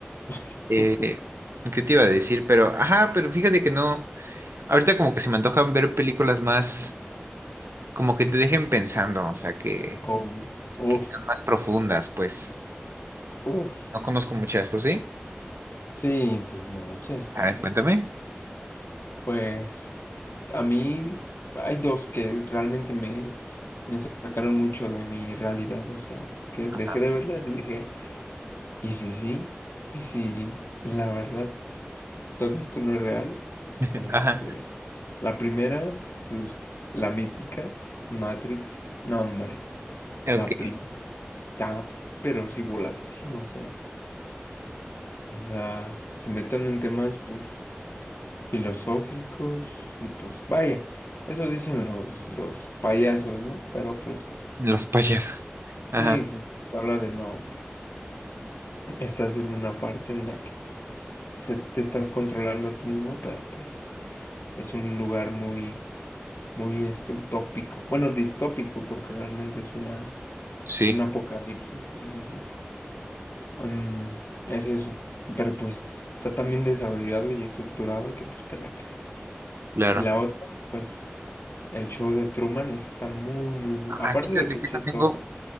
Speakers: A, on the left; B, on the right.
A: <laughs>
B: Eh, ¿qué te iba a decir? Pero, ajá, pero fíjate que no. Ahorita como que se me antojan ver películas más, como que te dejen pensando, o sea, que,
A: Oh, uf,
B: que sean más profundas, pues.
A: uf.
B: No conozco mucho esto, ¿sí?
A: Sí, pues muchas, caray.
B: A ver, cuéntame.
A: Pues a mí hay dos que realmente me sacaron mucho de mi realidad, o sea, que dejé
B: Ajá.
A: de verlas y dije, ¿y si sí? ¿Y si la verdad? todo esto no es real.
B: <laughs>
A: Este,
B: Ajá.
A: la primera, pues la mítica Matrix, no hombre,
B: Ok.
A: la primera está pero sí voladísima, o sea, o sea, se metan en temas pues filosóficos y pues vaya, eso dicen los los payasos, ¿no? Pero pues
B: Los payasos.
A: sí,
B: Ajá.
A: pues, habla de no, pues estás en una parte en la que se, te estás controlando a ti mismo, pero pues es un lugar muy muy este utópico, bueno, distópico, porque realmente es una,
B: Sí,
A: un apocalipsis, entonces mm, es eso, pero pues está tan bien desarrollado y estructurado que pues te la crees.
B: claro.
A: Y la otra, pues el show de Truman está muy, muy, muy,
B: Ah,
A: aparte
B: fíjate
A: de que es
B: que
A: chistosa,
B: esa tengo,